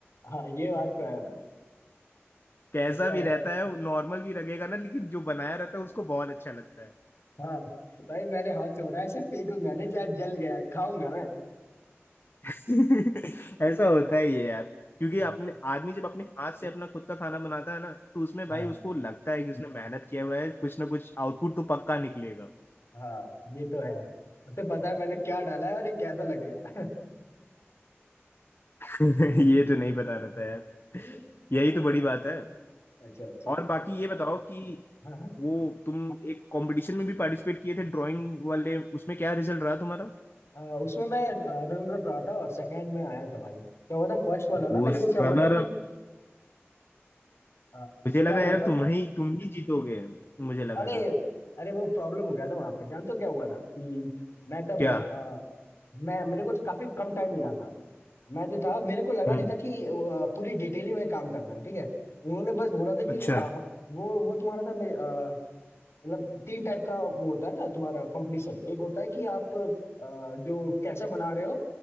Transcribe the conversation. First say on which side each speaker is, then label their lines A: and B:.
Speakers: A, on the left; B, on the left.
A: हाँ ये बात तो है भाई
B: कैसा
A: खुद का
B: भी
A: बना
B: रहता है नॉर्मल भी लगेगा ना लेकिन जो बनाया रहता है उसको बहुत अच्छा लगता है
A: हाँ भाई मैंने हाथ से बनाया ऐसे फेंकूंगा नहीं चाहे जल गया खाऊंगा मैं
B: <laughs> ऐसा होता ही है यार क्योंकि
A: हाँ
B: अपने आदमी जब अपने हाथ से अपना खुद का खाना बनाता है ना तो उसमें भाई
A: हाँ
B: उसको लगता है कि उसने मेहनत किया हुआ है कुछ ना कुछ आउटपुट तो पक्का निकलेगा
A: हाँ, ये तो है उसे पता है मैंने क्या डाला है और ये कैसा लगेगा
B: <laughs> ये तो नहीं पता रहता यार
A: <laughs>
B: यही
A: हाँ,
B: तो बड़ी बात है
A: अच्छा अच्छा
B: और बाकी ये बताओ कि
A: हाँ हाँ
B: वो तुम एक कंपटीशन में भी पार्टिसिपेट किए थे ड्राइंग वाले उसमें क्या रिजल्ट रहा तुम्हारा
A: आ, उसमें मैं रनर अप रहा था और सेकंड में आया था भाई क्या हुआ था फर्स्ट वाला ना
B: वो
A: मेरे को क्या हुआ
B: रनर
A: था कि आ,
B: मुझे लगा
A: क्या हुआ
B: यार
A: था
B: तुम ही तुम ही जीतोगे मुझे लगा
A: अरे
B: था
A: अरे वो प्रॉब्लम हो गया था वहां पे जानते हो क्या हुआ था कि मैं तब
B: क्या
A: आ, मैं मेरे को काफी कम टाइम मिला था मैं जो था मेरे को लगा
B: हम्म
A: नहीं था कि आ, पूरी डिटेलिंग में काम करना है ठीक है उन्होंने बस बोला था
B: अच्छा
A: कि आ, वो वो तुम्हारा था मेरे आ, मतलब तीन टाइप का वो होता है ना तुम्हारा कंपटीशन एक होता है कि आप आ, जो कैसा बना रहे हो